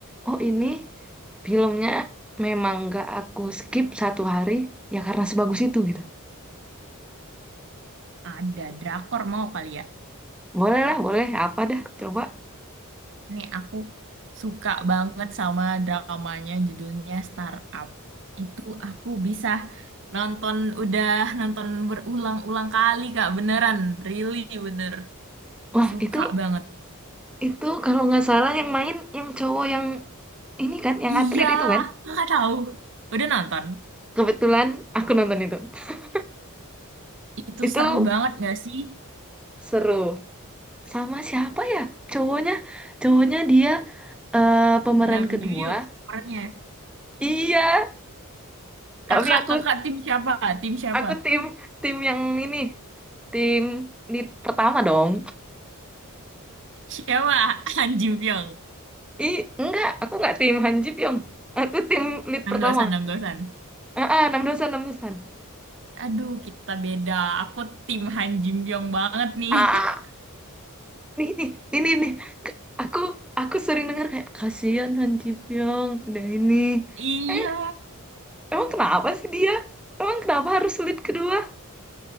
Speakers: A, in the centre; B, on the right.
A: oh ini filmnya memang nggak aku skip satu hari ya karena sebagus itu gitu.
B: Ada drakor mau kali ya.
A: Boleh lah, boleh. Apa dah, coba.
B: Nih aku suka banget sama dramanya judulnya Startup. Itu aku bisa nonton udah nonton berulang-ulang kali Kak, beneran, really bener.
A: Wah,
B: Suka
A: itu
B: banget.
A: itu kalau nggak salah yang main yang cowok yang ini kan, yang
B: Iya,
A: atlet itu kan.
B: Kakak tahu. Udah nonton.
A: Kebetulan aku nonton itu. <laughs>
B: Itu
A: Itu
B: seru banget gak sih?
A: seru. sama siapa ya cowoknya cowoknya dia eh, pemeran
B: Nam
A: kedua
B: Ju yuk perannya.
A: iya tapi
B: Kakak,
A: aku
B: kakak tim siapa? Tim siapa?
A: aku tim tim yang ini tim lead pertama dong
B: Siapa? <laughs> Han Ji Pyong.
A: ih enggak aku enggak tim Han Ji Pyong aku tim lead
B: 6
A: pertama
B: dosan, 6 dosan.
A: ah ah, enam dosan enam dosan
B: Aduh, kita beda. Aku tim Han Ji Pyong banget nih.
A: ah
B: <laughs>
A: ini ini ini aku aku sering dengar kayak kasihan Han Ji Pyong udah ini
B: Iya,
A: Eh, emang kenapa sih dia emang kenapa harus lead kedua